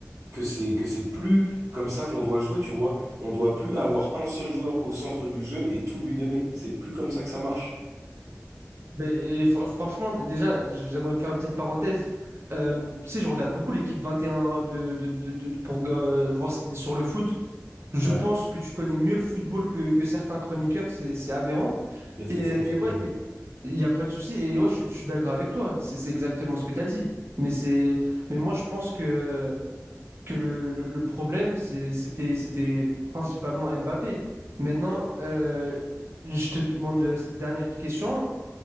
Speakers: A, on the right (about 75°); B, on the right (about 50°).
A: que c'est, que c'est plus comme ça qu'on doit jouer, tu vois. On doit plus avoir un seul joueur au centre du jeu et tout lui donner. C'est plus comme ça que ça marche.
B: Mais, et fr- franchement, d- déjà, j'aimerais faire une petite parenthèse. Euh, tu sais, je regarde beaucoup l'équipe 21 de, de- de- de- pour euh, voir ce qu'il dit sur le foot. Je
A: Ouais,
B: pense que tu connais mieux le football que, que certains chroniqueurs, c'est c'est aberrant.
A: mais ça,
B: Et,
A: ça me fait
B: et
A: plaisir.
B: ouais, et- il n'y a pas de souci. Et ouais, je, suis je suis d'accord avec toi. C'est c'est exactement ce que tu as dit. Mais c'est, mais moi, je pense que, que le, le- le problème, c'est- c'était, c'était principalement Mbappé. Maintenant, euh, je te demande euh, cette dernière question.